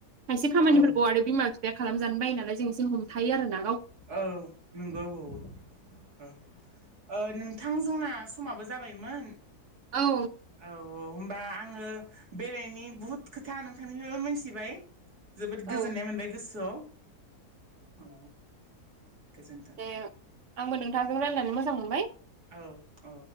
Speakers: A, on the right; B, on the right.
A: खायसे खामानिफोरखौ
B: औ
A: आरो बे खालामजानो बायो नालाय जों एसे हमथायो आरो ना।
B: औ नंगौ औ औ औ। ओ नोंथां जोंना समाबो जाबायमोन।
A: औ
B: औ औ होमबा आङो बेरायनि बुहुद खोथा नोंथांनिफ्रायबो मोनथिबाय। जोबोद
A: औ
B: गोजोननाय मोनबाय गोसोआव औ। गोजोन्थों
A: दे आंबो नोंथांजों रायलायनानै मोजां मोन
B: औ औ